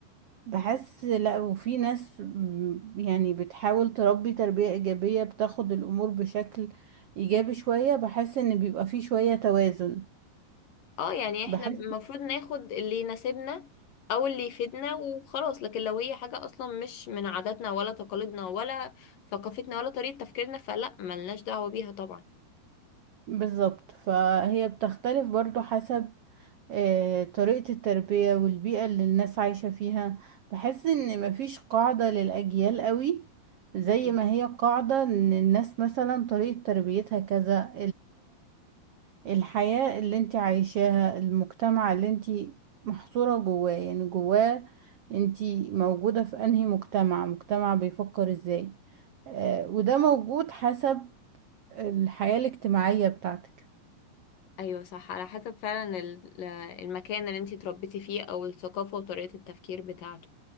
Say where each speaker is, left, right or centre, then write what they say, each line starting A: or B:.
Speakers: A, on the right; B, on the left.
A: بحس لا وفي ناس م- يعني بتحاول تربي تربية إيجابية بتاخد الأمور بشكل إيجابي شوية بحس إن بيبقى فيه شوية توازن
B: اه يعني احنا
A: بحس
B: المفروض ناخد اللي يناسبنا او اللي يفيدنا وخلاص لكن لو هي حاجة اصلا مش من عاداتنا ولا تقاليدنا ولا ثقافتنا ولا طريقة تفكيرنا فلا ملناش دعوة بيها طبعا
A: بالظبط فهي بتختلف برضو حسب آه، طريقة التربية والبيئة اللي الناس عايشة فيها بحس إن مفيش قاعدة للأجيال قوي زي
B: مم.
A: ما هي قاعدة إن الناس مثلا طريقة تربيتها كذا الحياة اللي انت عايشاها المجتمع اللي انت محصورة جواه يعني جواه انت موجودة في انهي مجتمع مجتمع بيفكر ازاي آه وده موجود حسب الحياة الاجتماعية بتاعتك
B: ايوه صح على حسب فعلا ال- المكان اللي انتي اتربيتي فيه او الثقافة وطريقة التفكير بتاعته